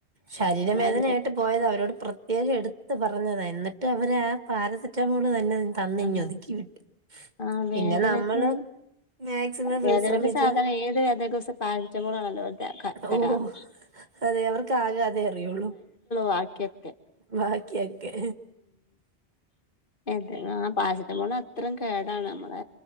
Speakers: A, on the right (about 40°); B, on the left (about 50°).
A: ശരീരവേദനയായിട്ട്
B: <unintelligible>
A: പോയത് അവരോട് പ്രത്യേകം എടുത്ത് പറഞ്ഞതാ, എന്നിട്ടു അവരാ പാരസെറ്റാമോൾ തന്നെ നിങ് തന്നിഞ്ഞൊതുക്കി
B: ആഹ്
A: വിട്ട്,
B: ആഹ് വേദനക്ക്
A: പിന്നെ ന്നമ്മള് മേക്സിമം
B: വേദനക്ക്
A: വിശ്രമിച്ച്
B: സാധാരണ ഏത് വേദനക്കും സെ പാരസിറ്റമോളാണല്ലോ ഓൽ തെ ക തെരാറ്
A: ഓ അതെ അവർക്കാകെ അതെ അറിയുള്ളൂ
B: ബാക്കിയൊക്കെ
A: ബാക്ക്യൊക്കെ
B: എന്തേന്നാ പാരസിറ്റമോൾ അത്രം കേടാണ്. അമ്മളെ